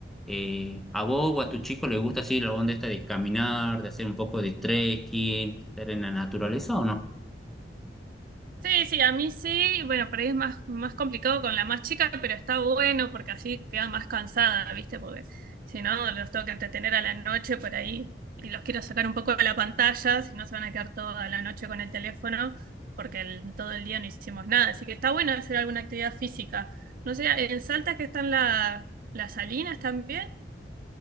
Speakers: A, in the centre; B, on the right (about 55°).
A: Eh, ¿a vos o a tu chico le gusta así la onda esta de caminar, de hacer un poco de trekking, estar en la naturaleza o no?
B: Sí, sí, a mí sí, bueno, por ahí es más, más complicado con la más chica, pero está bueno porque así queda más cansada, ¿viste? Porque si no, los tengo que entretener a la noche por ahí y los quiero sacar un poco de la pantalla, si no se van a quedar toda la noche con el teléfono porque el- todo el día no hicimos nada. Así que está bueno hacer alguna actividad física. No sé, en Salta que están la- las salinas también.